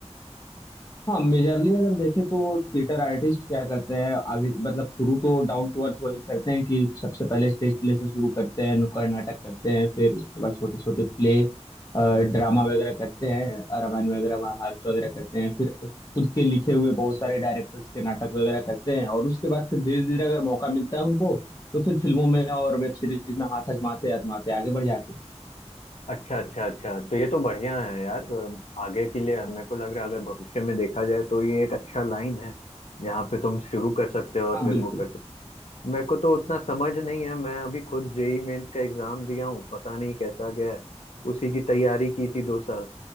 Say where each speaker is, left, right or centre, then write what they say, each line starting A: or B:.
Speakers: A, on the left; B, on the left.
A: हाँ मेजरली अगर देखें तो थिएटर आर्टिस्ट क्या करते हैं अभी मतलब शुरू तो डाउन टू अर्थ वही करते हैं कि सबसे पहले स्टेज प्ले से शुरू करते हैं नुक्कड़ नाटक करते हैं फिर उसके बाद छोटे छोटे प्ले ड्रामा वगैरह करते हैं अ, रामायण वगैरह महाभारत वगैरह करते हैं फिर खुद के लिखे हुए बहुत सारे डायरेक्टर्स के नाटक वगैरह करते हैं और उसके बाद फिर धीरे धीरे अगर मौका मिलता है उनको तो फिर फिल्मों में और वेब सीरीज में हाथ आजमाते आजमाते आगे बढ़ जाते हैं
B: अच्छा अच्छा अच्छा तो ये तो बढ़िया है यार अ, आगे के लिए मेरे को लग रहा है अगर
A: हाँ
B: भविष्य में देखा जाए तो ये एक अच्छा लाइन है जहाँ पे तुम शुरू कर सकते हो और
A: हाँ
B: फिर
A: बिल्कुल
B: वो कर सकते मेरे को तो उतना समझ नहीं है मैं अभी खुद जेई मेंस का एग्जाम दिया हूँ पता नहीं कैसा गया है उसी की तैयारी की थी दो साल